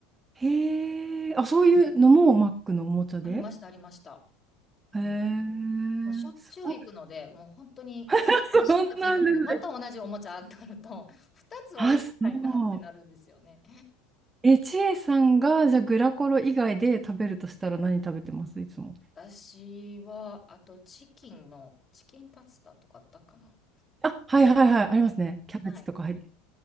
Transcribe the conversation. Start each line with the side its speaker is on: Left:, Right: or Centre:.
Right: ー、へえ。
Left: うん
Right: あ、そういうのもマックのおもちゃで。
Left: ありました、ありました。うん、
Right: へえ、
Left: もうしょっちゅう行くので、
Right: すごい。
Left: もう本当に毎週末行くので、
Right: <laughs> そうなんですね。
Left: また同じおもちゃ当たると、2つはいらないなってなるんですよね。
Right: あ、そう。え、ちえさんが、じゃあグラコロ以外で食べるとしたら何食べてますいつも。
Left: 私は、あとチキンの、チキンタツタとかあったかな。
Right: あ、はいはいはい、ありますね。
Left: はい。
Right: キャベツとか入って。
Left: はい